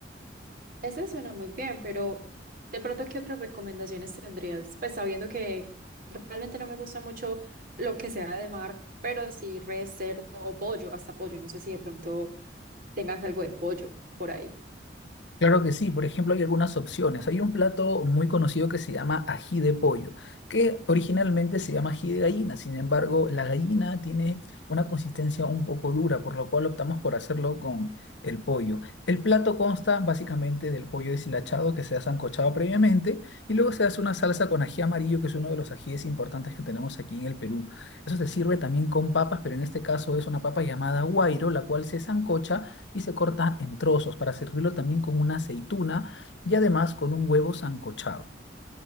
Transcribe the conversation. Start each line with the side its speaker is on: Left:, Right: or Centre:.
Right: Ese suena muy bien, pero de pronto, ¿qué otras recomendaciones tendrías? Pues sabiendo que realmente no me gusta mucho lo que sea de mar, pero sí res, cerdo o pollo, hasta pollo. No sé si de pronto tengas algo de pollo por ahí.
Left: Claro que sí, por ejemplo, hay algunas opciones. Hay un plato muy conocido que se llama ají de pollo, que originalmente se llama ají de gallina, sin embargo, la gallina tiene una consistencia un poco dura, por lo cual optamos por hacerlo con el pollo. El plato consta básicamente del pollo deshilachado que se ha sancochado previamente y luego se hace una salsa con ají amarillo, que es uno de los ajíes importantes que tenemos aquí en el Perú. Eso se sirve también con papas, pero en este caso es una papa llamada guairo, la cual se sancocha y se corta en trozos para servirlo también con una aceituna y además con un huevo sancochado.